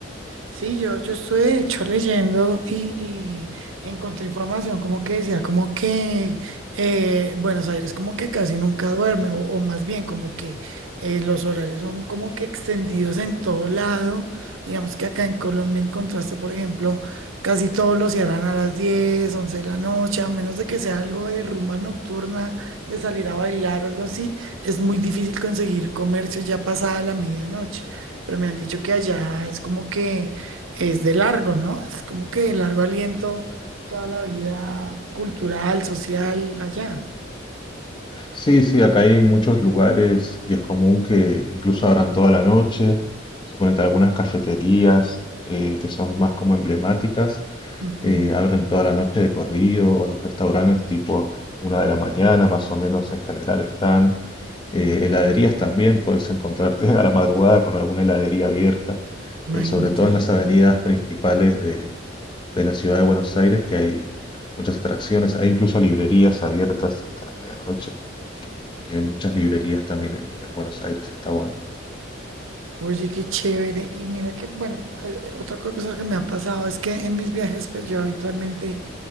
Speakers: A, on the right (about 85°); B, on the left (about 25°).
A: Sí, yo, yo estuve de hecho leyendo y, y encontré información como que decía, como que eh, Buenos Aires como que casi nunca duerme, o, o más bien como que eh, los horarios son como que extendidos en todo lado. Digamos que acá en Colombia encontraste, por ejemplo, casi todos los cierran a las 10 11 de la noche, a menos de que sea algo de rumba nocturna, de salir a bailar o algo así, es muy difícil conseguir comercio ya pasada la medianoche. Pero me han dicho que allá es como que es de largo, ¿no? Es como que de largo aliento toda la vida cultural, social, allá.
B: Sí, sí, acá hay muchos lugares y es común que incluso abran toda la noche. Suponete algunas cafeterías eh, que son más como emblemáticas,
A: Ujú,
B: eh, abren toda la noche de corrido o los restaurantes tipo una de la mañana más o menos en general están. Eh, heladerías también puedes encontrarte <laughs> a la madrugada con alguna heladería abierta,
A: Imagínate.
B: eh, sobre todo en las avenidas principales de, de la ciudad de Buenos Aires, que hay muchas atracciones, hay incluso librerías abiertas hasta la medianoche. Hay muchas librerías también en, en Buenos Aires, está bueno.
A: Oye, qué chévere. Y mira que, bueno, eh, otra cosa que me ha pasado es que en mis viajes, pues yo habitualmente